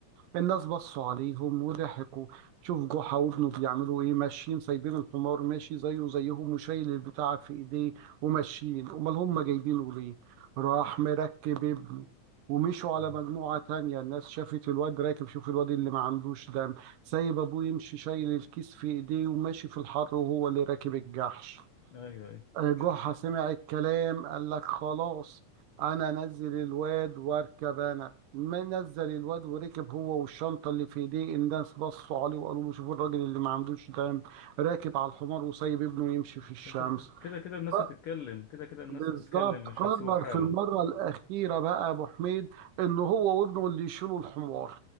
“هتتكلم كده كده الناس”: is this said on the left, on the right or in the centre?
Left